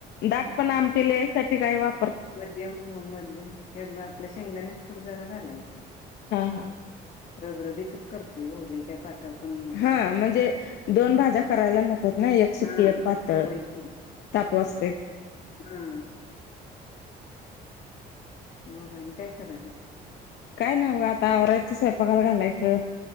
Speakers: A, on the left (about 75°); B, on the left (about 50°).
A: दाटपणा आमटीला याय साठी काय वाप -
B: मध्यम मध्यम हे आपल्या शेंगदाण्याच कूट जरा घालायचं.
A: हा हा.
B: रबरबीतच करतोय. <unintelligible>
A: हा.
B: करून काय
A: म्हणजे
B: करायचं
A: दोन भाज्या करायला नकोत ना? एक सुक्की,
B: हा
A: एक पातळ.
B: होय की
A: तापस-
B: हा. मग आणि काय करायला?
A: काय नाही हो. आता आवरायचं स्वयंपाकाला घालायचं.